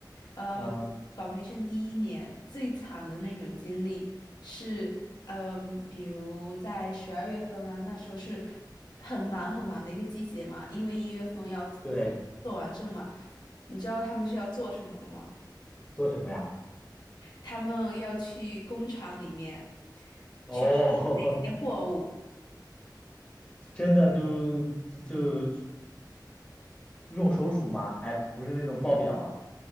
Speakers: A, on the left; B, on the left.
A: 呃，
B: 嗯
A: 管培生第一年最惨的那种经历是，嗯、比如在十二月份啊，那时候是很忙很忙的一个季节嘛，因为一月份要做
B: 对，
A: 做完证嘛。你知道他们是要做什么的吗？
B: 做什么呀？
A: 他们要去工厂里面
B: 哦，
A: 去取那些货物。
B: <laughs> 真的就就就用手数吗？还不是那种报表儿